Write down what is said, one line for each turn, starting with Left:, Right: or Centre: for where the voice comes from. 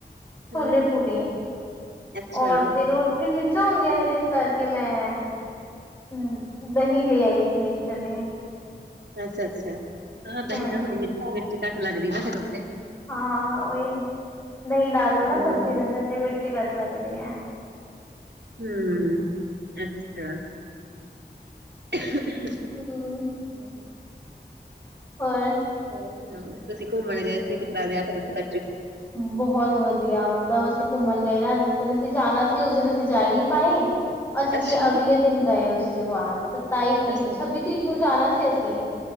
Left: ਛੋਲੇ
Right: ਹਮ
Left: ਪੂਰੀ
Right: ਅੱਛਾ
Left: ਔਰ ਫੇਿਰ ਉਹ ਵੀ ਮਿਰਚਾਂ ਹੁੰਦੀਆਂ ਨੇ ਤੇ ਇਸ ਕਰਕੇ ਮੈਂ ਹਮ ਦਹੀਂ ਲੈ ਆਈ ਸੀ ਨੀਚੋਂ ਦੇ
Right: ਅੱਛਾ ਅੱਛਾ ਹਾਂ ਦਹੀਂ
Left: ਹਮ
Right: ਮਿਰਚ ਘੱਟ ਲੱਗਦੀ ਨਾ ਫਿਰ ਉੱਥੇ
Left: ਹਾਂ ਓਈ ਦਈ ਡਾਲ ਲੋ ਨਾ
Right: ਹਮ
Left: ਸਬਜ਼ੀ ਦਿੰਦੇ ਤੇ ਮਿਰਚੀ ਘੱਟ ਲੱਗਦੀ ਏ
Right: ਹੂੰ ਅੱਛਾ <unintelligible>
Left: ਹੂੰ
Right: <unintelligible>
Left: ਹੋਰ
Right: ਹੋਰ ਸੁਣਾਓ ਤੁਸੀਂ ਘੁੰਮਣ ਗਏ ਸੀ ਕਿ ਤਰ੍ਹਾਂ ਫਿਰ ਉੱਥੇ ਦਾ ਟਰਿਪ?
Left: ਬਹੁਤ ਵਧੀਆ ਮਤਲਬ ਅਸੀਂ ਘੁੰਮਣ ਗਏ ਨਾ ਜਿਸ ਦਿਨ ਅਸੀਂ ਜਾਣਾ ਸੀ ਉਸ ਦਿਨ ਅਸੀਂ ਜਾ ਈ ਨੀ ਪਾਏ। ਅਸੀਂ
Right: ਅੱਛਾ
Left: ਅਗਲੇ ਦਿਨ ਗਏ ਉਸਦੇ ਬਾਅਦ। ਸਤਾਈ ਤਰੀਕ
Right: ਅੱਛਾ
Left: ਛੱਬੀ ਤਰੀਕ ਨੂੰ ਜਾਣਾ ਸੀ ਅਸੀਂ।